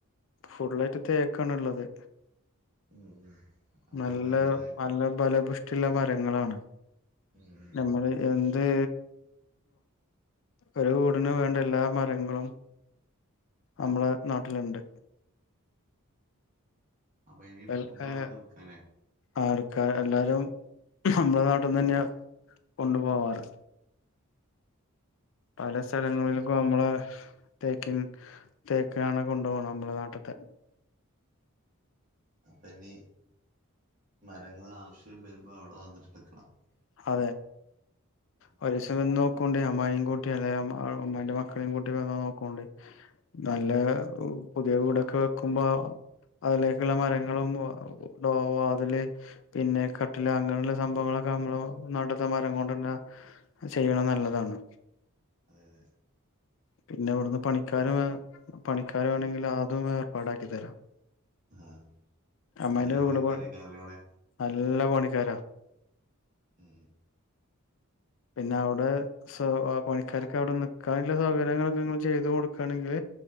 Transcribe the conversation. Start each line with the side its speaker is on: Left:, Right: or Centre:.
Left: ഫുള്ളായിട്ട് തെക്കാണ്ള്ളത്
Right: ഉം ഉം അപ്പൊ
Left: നല്ല
Right: നല്ലതായിരിക്കും
Left: നല്ലത് ബലബുഷ്ട്ടിള്ള മരങ്ങളാണ്
Right: ഉം
Left: നമ്മൾ എന്ത് ഒരു വീടിന് വെണ്ട എല്ലാ മരങ്ങളും അമ്മളെ നാട്ടില്ണ്ട്
Right: അപ്പൊ ഇനി
Left: വെലക്കെ
Right: എടുക്കുമ്പോ അവിടുന്ന് എടുക്കാല്ലേ
Left: ആൾക്കാര് എല്ലാരും നമ്മളെ നാട്ട്ന്നന്നെയാ കോണ്ടു പോവാറ് പല സ്ഥലങ്ങളിൽക്കും നമ്മളെ തെക്കിൻ ത്തേക്കാണ് കോണ്ട് പോണെ നമ്മളെ ന്നാട്ട്ത്തെ
Right: അപ്പ ഇനി മരങ്ങൾ ആവശ്യം വരുമ്പോ അവിടെ വന്നിട്ട് എടുക്കണം
Left: അതെ
Right: ഉം
Left: പൈസ ഒന്നും അമ്മായിനയും കൂട്ടി അല്ലെ അമ്മായിന്റെ മക്കളെയും കൂട്ടി വന്ന് നോക്കോണ്ടി നല്ല പുതിയ വീടോക്കെ വെക്കുമ്പോ അതിലെക്കുള്ള മരങ്ങളും ഒ ടോ വാതില് പിന്നെ കട്ടില അങ്ങനെയുള്ള സംഭവങ്ങളോ ക്കെ നമ്മള നാട്ട്ത്തെ മരം കോണ്ടന്നെ ചെയ്യണെ നല്ലതാണ്
Right: അതെ അതെ
Left: പിന്നെ ഇവിടുന്ന് പണിക്കാരെ വെ പണിക്കാര വെണെങ്കിൽ അതും ഏർപ്പാടാക്കി തരാം
Right: ആഹ്
Left: അമ്മായിന്റെ
Right: നല്ല
Left: വീട്
Right: പണിക്കാരേക്കാരല്ലേ
Left: പ
Right: അവിടെ
Left: നല്ല പണിക്കാരാ
Right: ഉം
Left: പിന്നെ അവ്ടെ സ പണിക്കാര്ക്ക അവിടെ നിക്കാൻള്ള സൗകര്യങ്ങളോക്കെ നിങ്ങെൾ ചെയ്തു കോടുക്കാണെങ്കിൽ